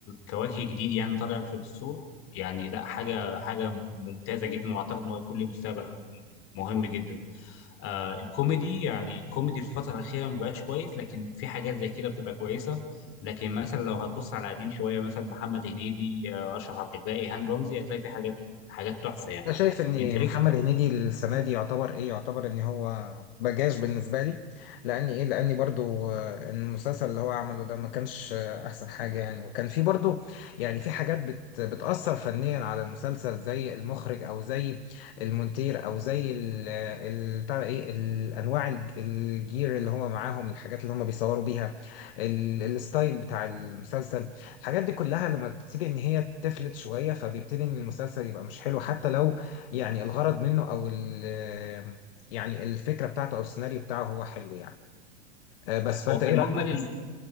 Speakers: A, on the left (about 45°); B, on the left (about 70°).
A: كوجه جديد يعني طالع في السوق يعني لا حاجه حاجه ممتازه جدا واعتقد ان هو يكون له مستقبل مهم جدا آه الكوميدي يعني كوميدي في الفترة الأخيرة ما بقاش كويس لكن في حاجات زي كده بتبقى كويسة لكن مثلا لو هتبص على قديم شوية مثلا محمد هنيدي آه أشرف عبد الباقي هاني رمزي هتلاقي في حاجات حاجات تحفة يعني
B: انا شايف ان
A: أنت ليك
B: محمد هنيدي السنه دي يعتبر ايه يعتبر ان هو بجاش بالنسبه لي لان ايه لاني برضو آه، المسلسل اللي هو عمله ده ما كانش آه، احسن حاجه يعني وكان في برضو يعني في حاجات بت بتاثر فنيا على المسلسل زي المخرج او زي المونتير او زي ال ال- بتاع ده ايه الانواع الج- الجير اللي هم معاهم الحاجات اللي هم بيصوروا بيها ال- الستايل بتاع المسلسل الحاجات دي كلها لما بتبتدي ان هي تفلت شويه فبيبتدي ان المسلسل يبقى مش حلو حتى لو يعني الغرض منه او ال يعني الفكره بتاعته او السيناريو بتاعه هو حلو يعني آه، بس فانت
A: هو في
B: ايه
A: المجمل
B: رايك